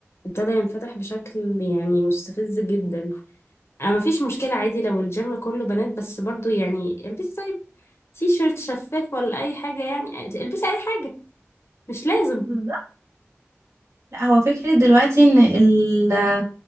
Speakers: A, on the left; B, on the right.
A: ابتدى ينفتح بشكل يعني مستفز جدا انا مفيش مشكلة عادي لو الجيم كله بنات بس برضو يعني البسي طيب تي شيرت شفاف ولا اي حاجه يعني البسي اي حاجه مش لازم
B: بالظبط لا هو فكره دلوقتي ان ال